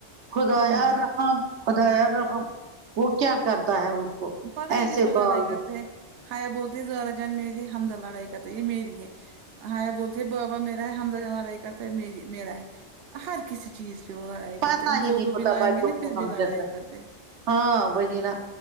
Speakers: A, on the right; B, on the right.
A: خدایا
B: ہاں
A: رحم خدایا رحم وہ کیا کرتا ہے اس کو
B: پتہ ہے
A: ایسے
B: یہ کس پر لڑائی
A: بال
B: کرتے ہیں ہائے بولتے ہیں زرا جان میرے حمزہ لڑائی کرتا یہ میری ہے ہاے بولتے بابا میرا حمزہ لڑائی کرتا ہے مری میرا ہے ہر کسی ہر چیز پہ وہ لڑائی
A: پتا
B: کرتے اب دو
A: ہی نہیں
B: دو
A: ہوتا
B: بھی لائیں
A: بچوں
B: گے نا
A: کو
B: پھر بھی
A: ہم
B: لڑائی
A: کیسے
B: کرتے
A: ہاں وہی نا